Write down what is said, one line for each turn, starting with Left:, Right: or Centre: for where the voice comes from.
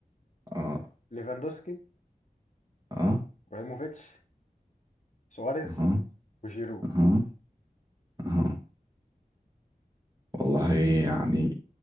Right: اه
Left: ليفاندوسكي
Right: اه
Left: ابراهيموفيتش سواريز
Right: اها
Left: وجيرو
Right: اها اها والله يعني